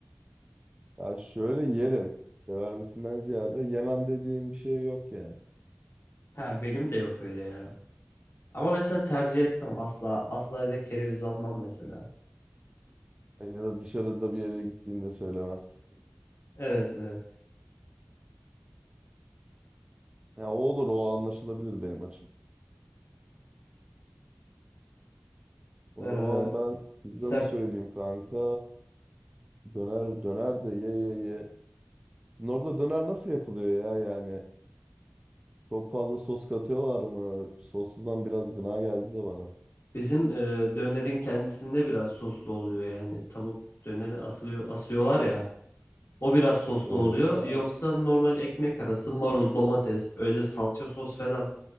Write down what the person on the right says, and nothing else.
Ya şöyle yerim. Sever misinden ziyade yemem dediğim bir şey yok yani.
Ya da dışarıda bir yere gittiğinde söylemez.
Ya o olur o anlaşılabilir benim açım. O
zaman ben pizza
mı söyleyeyim kanka? Döner döner de ye ye ye. Sizin orada döner nasıl yapılıyor ya yani? Çok fazla sos katıyorlar mı? Sosludan biraz gına geldi de bana.
Evet.
Ha,